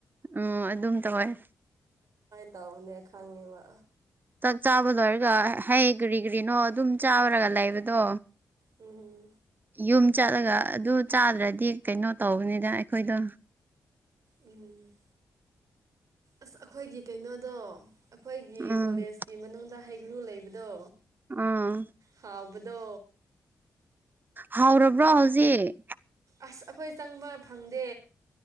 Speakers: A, on the right (about 30°); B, on the right (about 60°).
A: ꯎꯝ ꯑꯗꯨꯝ ꯇꯋꯥꯥꯏ
B: ꯇꯎꯅꯦ ꯈꯉꯕ
A: ꯆꯥꯛ ꯆꯥꯕ ꯂꯣꯏꯔꯒ ꯍꯩ ꯀ꯭ꯔꯤ ꯀ꯭ꯔꯤꯅꯣ ꯑꯗꯨꯝ ꯆꯥꯕꯔꯒ ꯂꯩꯕꯗꯣ
B: ꯎꯝ
A: ꯌꯨꯝ ꯆꯠꯂꯒ ꯑꯗꯨ ꯆꯥꯗ꯭ꯔꯗꯤ ꯀꯩꯅꯣ ꯇꯧꯕꯅꯤꯅ ꯑꯩꯈꯣꯏꯗꯣ
B: ꯎꯝ ꯑꯁ ꯑꯩꯈꯣꯏꯒꯤ ꯀꯩꯅꯣꯗꯣ ꯑꯩꯈꯣꯏꯒꯤ
A: ꯎꯝ
B: ꯀꯣꯂꯦꯖꯀꯤ ꯃꯅꯨꯡꯗ ꯍꯩꯒ꯭ꯔꯨ ꯂꯩꯕꯗꯣ
A: ꯑꯥ
B: ꯍꯥꯎꯕꯨꯗꯣ
A: ꯍꯥꯎꯔꯕ꯭ꯔꯣ ꯍꯧꯖꯤꯛ
B: ꯑꯁ ꯑꯩꯈꯣꯏ ꯆꯪꯕ ꯐꯪꯗꯦ